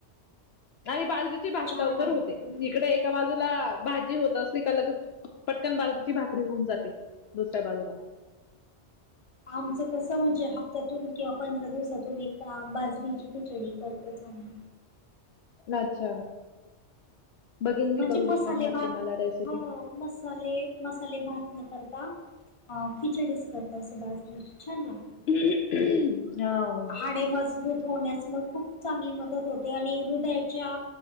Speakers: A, on the left (about 65°); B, on the left (about 30°).
A: आणि बाजरी भाक
B: छान
A: लवकर
B: आहे
A: होते. इकडे एका बाजूला, भाजी होत असली का? लगेच पटकन बाजरीची भाकरी होऊन जाते, दुसऱ्या बाजूला.
B: आमचं कसं म्हणजे हप्त्यातून किंवा पंधरा दिवसातून एकदा बाजरीची खिचडी करतोच आम्ही.
A: अच्छा, बघेल मी
B: म्हणजे
A: करून
B: मसाले
A: छान वाटली
B: भात
A: मला रेसिपी.
B: हो मसाले मसाले भात न करता अ खिचडीच करतात असं बाजरीची छान लागते.
A: हो.
B: हाडे मजबूत होण्यास मग खूप चांगली मदत होते आणि हृदयाच्या